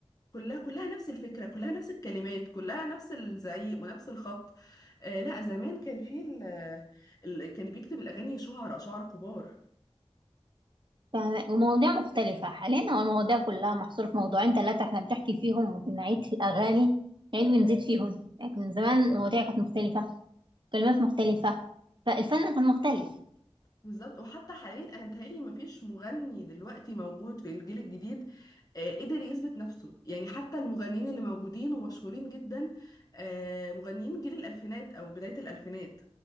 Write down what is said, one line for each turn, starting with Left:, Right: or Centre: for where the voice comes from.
Left: كلها كلها نفس الفكرة كلها نفس الكلمات كلها نفس الزعيق ونفس الخبط آه لا زمان كان في ال ال- كان بيكتب الأغاني شعراء شعراء كبار
Right: تمام ومواضيع مختلفة حاليا هو المواضيع كلها محصورة في موضوعين ثلاثة احنا بنحكي فيهم وبنعيد في الأغاني نعيد ونزيد فيهم لكن زمان المواضيع كانت مختلفة كلمات مختلفة فالفن كان مختلف
Left: بالظبط وحتى حاليا أنا متهيألي مفيش مغني دلوقتي موجود في الجيل الجديد آه قدر يثبت نفسه يعني حتى المغنيين اللي موجودين ومشهورين جدا آه مغنيين جيل الألفينات أو بداية الألفينات